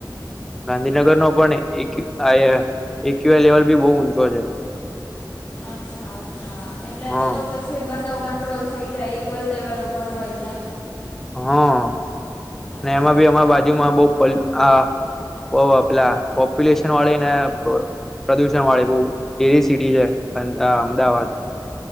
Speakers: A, in the centre; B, on the left.
A: ગાંધીનગરનો પણ એક્યુ આયા એક્યુએ લેવલ બી બહુ ઉંચો છે.
B: અચ્છા અચ્છા એટલે
A: હા
B: તો તો બસ. જે બંનેઉ કંટ્રોલ થઈ જાય ઇક્વલ લેવલ ઉપર હોય એટલે.
A: હમ્મ,
B: અચ્છા
A: ને એમાં બી
B: અચ્છા
A: અમારા બાજુમાં બહું <unintelligible> આ બહુ પેલા પોપ્યુલેશન વાળીને <unintelligible> પ્રદુષણ વાળી બહુ એવી સિટી છે અન અમદાવાદ.